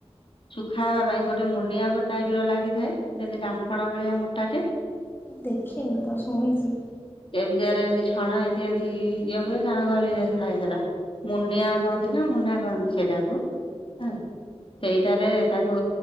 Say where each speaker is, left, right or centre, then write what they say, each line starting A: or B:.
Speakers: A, on the left (about 50°); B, on the left (about 20°).
A: ଶୁଖାହବା ପାଇଁ ଗୋଟେ ମୁନିଆ ଟାଇପ ର ଲାଗିଥାଏ ଯେମିତି ଦାମ୍ଫଣ ଭଳିଆ ମୋଟାଟେ।
B: ଦେଖିନି ତ ଶୁଣିଚି।
A: ଏମିତିଆରେ ଏମିତି ଛଣ ଏମିତି ଏମିତି ଇଏ ହୁଏ ଗାଁ ଗହଳିରେ <unintelligible> ମୁନିଆ କହନ୍ତି ନା ମୁନା କହନ୍ତି ସେଟାକୁ ହଁ। ସେଇଟାରେ ତାକୁ